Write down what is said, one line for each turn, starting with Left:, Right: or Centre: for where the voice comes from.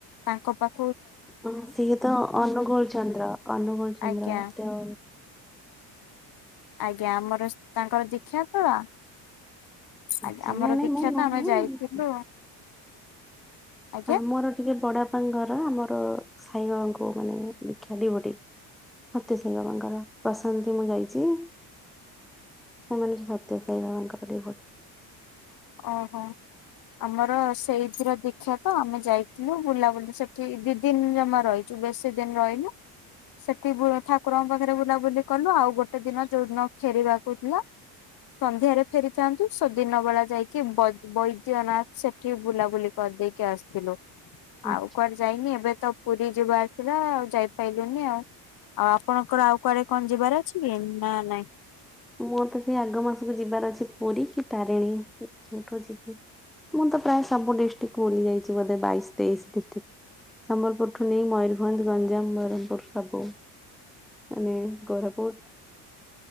Left: ତାଙ୍କ ପାଖ
Centre: ହ ସିଏ ତ ଅନୁଗୋଳ ଚନ୍ଦ୍ର ଅନୁଗୋଳ ଚନ୍ଦ୍ର
Left: ଆଜ୍ଞା
Centre: ତ
Left: ଆଜ୍ଞା ଆମର ତାଙ୍କର ଦଖା ତ
Centre: ଆଚ୍ଛା
Left: ଆଜ୍ଞା ଆମର
Centre: ନାଇଁ ନାଇଁ
Left: ଦୀକ୍ଷା
Centre: ମୁଁ ନୁହେଁ
Left: ତ ଆମେ ଯାଇଥିଲୁ। ଆଜ୍ଞା
Centre: ଆମର ଟିକେ ବଡାପ ଘର ଆମର ସାଇ ବାବାଙ୍କୁ ମାନେ ଦେଖିବା ଡିଭୋଟି ସତ୍ୟ ସାଇ ବାବାଙ୍କର ପ୍ରଶାନ୍ତି ମୁଁ ଯାଇଛି ସେମାନେ ସତ୍ୟ ସାଇ ବାବାଙ୍କର ଡିଭୋଟି।
Left: ଓହୋ ଆମର ସେଇଥିର ଦୀଖା ତ ଆମେ ଯାଇଥିଲୁ, ବୁଲାବୁଲି ସେଠି ଦି ଦିନ ଜମା ରହିଛୁ ବେଶୀ ଦିନ ରହିଲୁ, ସେଠି ଠାକୁରଙ୍କ ପାଖରେ ବୁଲାବୁଲି କଲୁ ଆଉ ଗୋଟେ ଦିନ ଯୋଉଦିନ ଫେରିବାକୁ ଥିଲା, ସନ୍ଧ୍ୟାରେ ଫେରିଥାନ୍ତୁ ସେଦିନ ବେଳେ ଯାଇକ କି ବୈଦ୍ୟନାଥ ସେଠି ବୁଲାବୁଲି କରିଦେଇକି ଆସିଥିଲୁ।
Centre: ହୁଁ,
Left: ଆଉ କ ଯାଇନି ଏବେ ତ ପୁରୀ ଯିବାର ଥିଲା ଆଉ ଯାଇପାରିଲୁନି ଆଉ ଆଉ ଆପଣଙ୍କର ଆଉ କୁଆଡେ କଣ ଯିବାର ଅଛି କି ନା ନାଇଁ
Centre: ମୁଁ ତ ସେଇ ଆଗ ମାସକୁ ଯିବାର ଅଛି ପୁରୀ କି ତାରିଣୀ ଯଉଠୁ ଯିବି ମୁଁ ତ ପ୍ରାୟ ସବୁ ଡିଷ୍ଟ୍ରିକ୍ଟ ବୁଲି ଯାଇଛି ବୋଧେ ବାଇଶ ତେଇଶ ଡିଷ୍ଟ୍ରିକ୍ଟ ସମ୍ବଲପୁରଠୁ ନେଇ ମୟୂରଭଞ୍ଜ ଗଞ୍ଜାମ ବରମପୁର ସବୁ ମାନେ କୋରାପୁଟ।